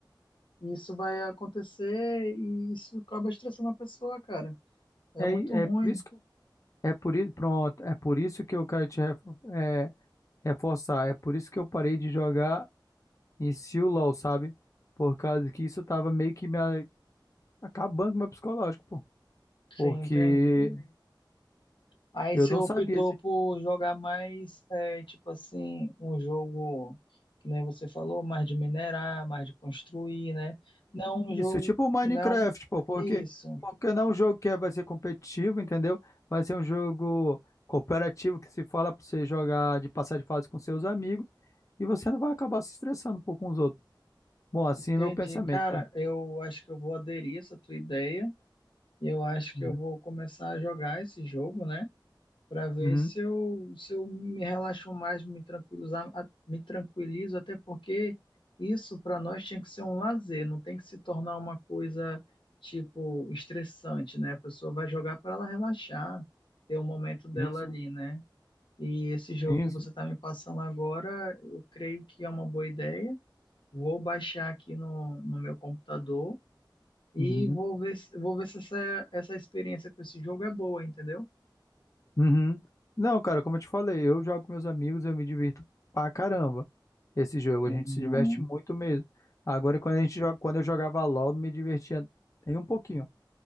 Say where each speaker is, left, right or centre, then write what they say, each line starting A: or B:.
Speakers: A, on the left; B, on the left.
A: Isso vai acontecer e isso acaba estressando a pessoa, cara. É
B: É,
A: muito
B: i- é
A: ruim.
B: por isso que é por, i- pronto, é por isso que eu quero te refo- é, reforçar. É por isso que eu parei de jogar em si o LoL, sabe? Por causa que isso tava meio que me a- acabando com o meu psicológico, pô.
A: Sim,
B: Porque
A: entendi. Aí
B: eu
A: você
B: não
A: optou
B: sabia se-
A: por jogar mais, é, tipo assim, um jogo que nem você falou, mais de minerar, mais de construir, né? Não um jogo,
B: isso, é tipo o Minecraft,
A: não
B: pô, porque
A: isso.
B: porque não é um jogo que é, vai ser competitivo, entendeu? Vai ser um jogo cooperativo que se fala pra você jogar de passar de fase com seus amigos e você não vai acabar se estressando, pô, com os outros. Bom, assim
A: Entendi,
B: é meu pensamento,
A: cara.
B: né?
A: Eu acho que eu vou aderir essa tua ideia. e Eu acho que
B: Uhum.
A: eu vou começar a jogar esse jogo, né? Para ver
B: Uhum.
A: se eu, se eu me relaxo mais, me tranquilizar, a- me tranquilizo, até porque isso para nós tinha que ser um lazer, não tem que se tornar uma coisa tipo estressante, né? A pessoa vai jogar para ela relaxar, ter um momento dela
B: Isso,
A: ali, né? E esse jogo
B: isso.
A: que você tá me passando agora, eu creio que é uma boa ideia. Vou baixar aqui no, no meu computador e
B: Uhum.
A: vou ver, se- vou ver se essa, essa experiência com esse jogo é boa, entendeu?
B: Uhum. Não, cara, como eu te falei, eu jogo com meus amigos, eu me divirto pra caramba. Esse jogo,
A: Uhum.
B: a gente se diverte muito mesmo. Agora, quando a gente joga, quando eu jogava LOL, não me divertia nem um pouquinho.